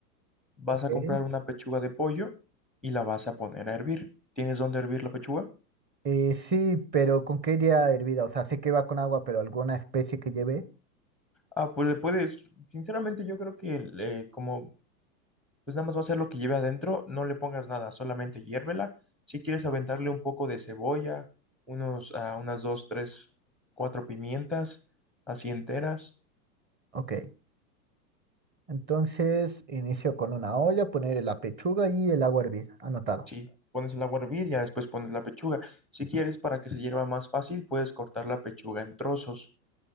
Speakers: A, in the centre; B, on the right.
A: Vas
B: Ok.
A: a comprar una pechuga de pollo y la vas a poner a hervir. ¿Tienes dónde hervir la pechuga?
B: Eh, sí, pero ¿con qué iría hervida? O sea, sé que va con agua, pero ¿alguna especie que lleve?
A: Ah, pues le puedes, sinceramente yo creo que eh, como pues nada más va a ser lo que lleve adentro, no le pongas nada, solamente hiérvela. Si quieres aventarle un poco de cebolla, unos, ah, unas dos, tres, cuatro pimientas, así enteras.
B: Ok. Entonces, inicio con una olla, poner la pechuga y el agua a hervir. Anotado.
A: Sí, pones el agua a hervir, ya después pones la pechuga. Si quieres para que se hierva más fácil, puedes cortar la pechuga en trozos.